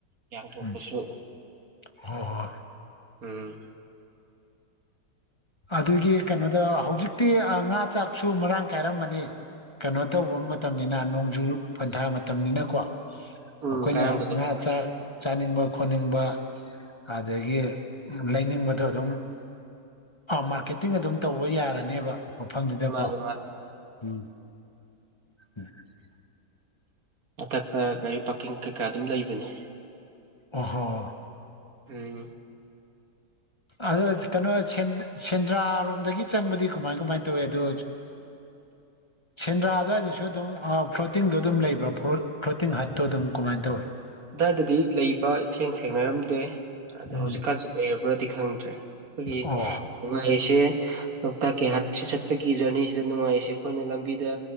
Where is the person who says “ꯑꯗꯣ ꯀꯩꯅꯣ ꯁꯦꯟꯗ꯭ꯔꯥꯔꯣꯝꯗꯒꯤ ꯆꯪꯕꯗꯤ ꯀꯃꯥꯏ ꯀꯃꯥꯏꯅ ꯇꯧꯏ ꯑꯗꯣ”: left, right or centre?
Left